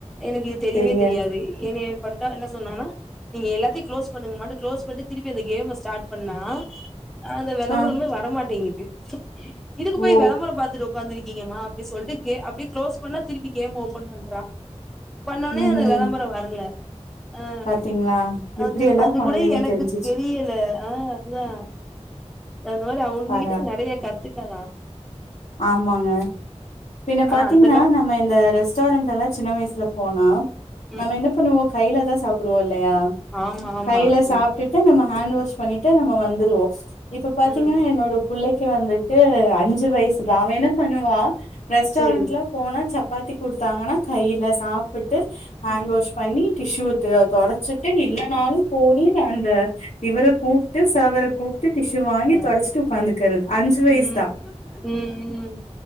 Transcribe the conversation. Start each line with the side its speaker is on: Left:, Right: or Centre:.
Centre: எனக்கு இது தெரியவே-தெரியாது
Left: சரிங்க.
Centre: ஏ வா என்ன சொன்னா நீங்க எல்லாத்தையும் க்ளோஸ் பண்ணுங்க மாட்ட களோஸ் பண்ணி திருப்பி அந்த கேம ஸ்டார்ட் பண்ணா அந்த விளம்பரம
Left: ஆ
Centre: வரமாட்டேங்கு வச்ச இதுக்கு
Left: ஓ!
Centre: போய் விளம்பரம் பாத்துட்டு உக் உக்காந்திருக்கீங்கம்மா அப்டி சொல்லிட்டு கே அப்டியே க்ளோஸ் பண்ணா திருப்பி கேம் ஓபன் பண்றா பண்ண உன்னே
Left: ம்ஹ்ம்.
Centre: அந்த விளம்பரம் வரல ஹா
Left: பாத்தீங்களா? இப்படியெல்லாம்
Centre: அது-அது
Left: குழந்தைங்க
Centre: கூட எனக்கு
Left: தெரிஞ்சுச்சு.
Centre: தெரியல ஆ அதுதான் அதனால அவன்
Left: பரவா
Centre: வீட்டுக்கு நெறைய க வச்கலா
Left: ஆமாங்க பின்
Centre: ஆனா
Left: பாத்தீங்கன்னா
Centre: அந்த க
Left: நம்ம இந்த ரெஸ்டாரண்ட் எல்லா சின் சின்ன வயசுல போனா
Centre: ம்
Left: நம்ம என்ன பண்ணுவோ கைல தான் சாப்பிடு பும் இல்லயா
Centre: ஆமா ஆமா
Left: கையில சாப்பட்டுட்டு
Centre: ம்
Left: நம்ம ஹேண்ட் வாஷ் பண்ணட்டு நம்ம வந்துருவோம் இப்ப பாத்தீங்கன்னா
Centre: ம்
Left: என்னோட புள்ளைக்கு வந்து ட்டு அஞ்சு வயசு அவ என்ன பண்ணுவா ரெஸ்டாரன்ல
Centre: சேரி
Left: போனா சப்பாத்தி குடுத்தாங்கன்னா கைல சாப்ப விட்டு ஹேண்ட்
Centre: ம்
Left: வாஷ் பண்ணி டிஷ்யூ த தொடச்சுட்டு இல்லைனாலு போயி அந்த இவர கூப்பட்டு <unintelligible> அவர கூப்ட்டு டிஷ்யூ வாங்கி
Centre: அ
Left: தொடச்சுட்டு உக்காந்துக்கிறது அஞ்சு வயசுதா
Centre: ம் ம் ம்